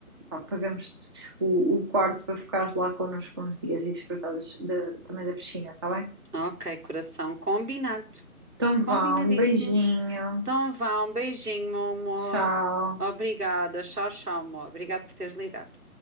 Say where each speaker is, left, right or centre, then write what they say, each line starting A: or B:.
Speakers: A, on the right; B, on the right.
A: pá, pagamos-te o, o quarto para ficares lá connosco uns dias e desfrutares da- também da piscina, está bem?
B: Ok, coração, combinado.
A: Então
B: Combinadíssimo.
A: vá, um beijinho,
B: Então vá, um beijinho, meu amor.
A: tchau.
B: Obrigada. Tchau, tchau, amor. Obrigada por teres ligado.